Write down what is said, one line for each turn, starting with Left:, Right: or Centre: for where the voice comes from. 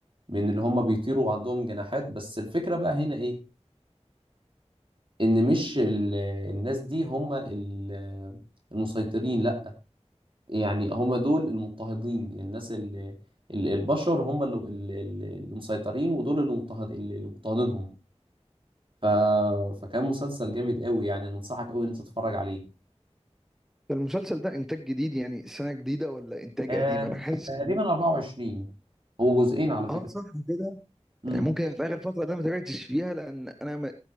Right: من اللي هم بيطيروا وعندهم جناحات بس الفكره بقى هنا ايه ان مش ال- الناس دي هم ال- المسيطرين لا يعني هم دول المضطهدين الناس اللي ال- البشر هم اللي اللي- اللي مسيطرين ودول اللي مضطهد اللي مضطهدينهم ف... فكان مسلسل جامد قوي يعني أنا انصحك قوي ان انت تتفرج عليه
Centre: ده المسلسل ده انتاج جديد يعني سنه جديده ولا انتاج
Right: آه...
Centre: قديم انا حاسس
Right: تقريبا
Centre: ان هو-
Right: 24 هو جزئين على فكرة
Centre: اه صح كده
Right: امم
Centre: يعني ممكن في اخر فتره ده ما تابعتش فيها لان انا ما